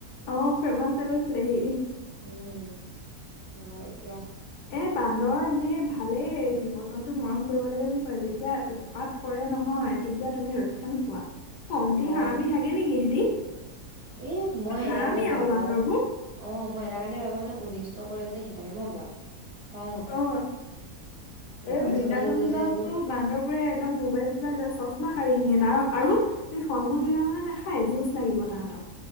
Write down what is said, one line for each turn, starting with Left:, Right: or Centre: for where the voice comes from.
Left: অঁ' ফেমাচ হৈ গৈছিলে সি।
Right: উমঁ, অ' এতিয়া
Left: এ' বান্দৰ এনেই ভালেই জীৱ-জন্তু মৰম কৰিব লাগে বুলি কয় যেতিয়া উৎ- পাত কৰে নহয় তেতিয়া তুমি ৰক্ষা নোপোৱা। কমটি
Right: অ
Left: হাৰামি থাকে নেকি সিহঁতি।
Right: এ'
Left: ইমান
Right: মই এটা
Left: হাৰামি
Right: কাৰণে বেয়া
Left: আকৌ
Right: পাওঁ
Left: বান্দৰবোৰ
Right: অঁ' মই এটা কাৰণে বেয়া পাওঁ মানে অনিষ্ট কৰে যে সেইকাৰণে মই বেয়া পাওঁ খং উঠে।
Left: অ
Right: মোবাইল
Left: এই বৃন্দাবনখনতটো
Right: চবাইল লৈ যায়গৈ
Left: বান্দৰবোৰে একদম মোবাইল- কিছূমান লৈ চশমা কাঢ়ি নিয়ে তাৰ আৰু ফল-মূল দিলে নহয় নাখায় জুচ লাগিব তাহাঁতক।